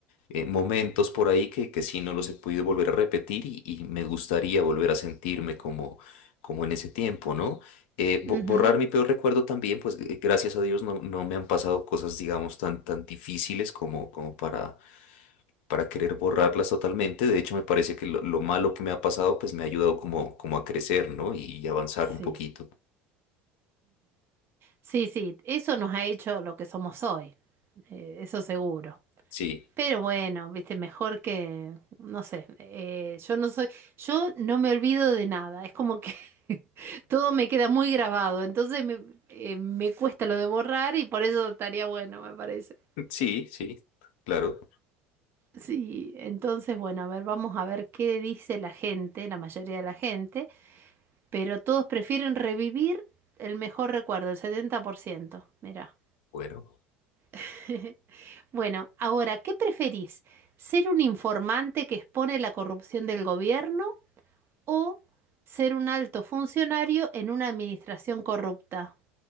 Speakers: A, on the left; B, on the right.
A: eh, momentos por ahí que, que sí no los he podido volver a repetir y, y me gustaría volver a sentirme como, como en ese tiempo, ¿no? Eh, bo-
B: Ujú,
A: borrar mi peor recuerdo también, pues eh, gracias a Dios no, no me han pasado cosas, digamos, tan, tan difíciles como, como para para querer borrarlas totalmente. De hecho, me parece que lo, lo malo que me ha pasado, pues me ha ayudado como, como a crecer, ¿no? Y avanzar
B: Sí.
A: un poquito.
B: Sí, sí, eso nos ha hecho lo que somos hoy, eh, eso seguro.
A: Sí,
B: Pero bueno, viste, mejor que, no sé, eh, yo no soy, yo no me olvido de nada, es como que <laughs> todo me queda muy grabado, entonces me, eh, me cuesta lo de borrar y por eso estaría bueno, me parece.
A: <laughs> sí, sí, claro.
B: Sí, entonces bueno, a ver, vamos a ver qué dice la gente, la mayoría de la gente, pero todos prefieren revivir el mejor recuerdo, el 70%. mira.
A: Bueno.
B: <laughs> Bueno, ahora, ¿qué preferís? ¿Ser un informante que expone la corrupción del gobierno o ser un alto funcionario en una administración corrupta?